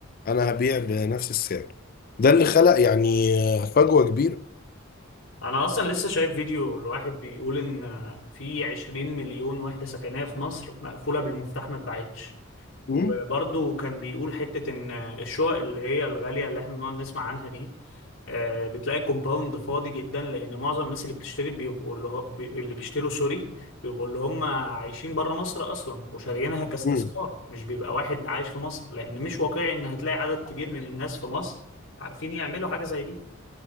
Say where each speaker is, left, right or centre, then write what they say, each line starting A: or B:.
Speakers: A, on the left (about 45°); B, on the left (about 75°).
A: انا هبيع بنفس السعر ده اللي خلق يعني فجوه كبيره
B: انا اصلا لسه شايف فيديو لواحد بيقول ان في 20 مليون وحدة سكنية في مصر مقفولة بالمفتاح ما اتباعتش
A: مم.
B: وبرضه كان بيقول حتة إن الشقق اللي هي الغالية اللي إحنا بنقعد نسمع عنها دي آه، بتلاقي الكومباوند فاضي جدا لان معظم الناس اللي بتشتري بيبقوا اللي هو بي- اللي بيشتروا سوري بيبقوا اللي هم عايشين بره مصر اصلا وشاريينها كاستثمار
A: مم.
B: مش بيبقى واحد عايش في مصر لان مش واقعي ان هتلاقي عدد كبير من الناس في مصر عارفين يعملوا حاجه زي دي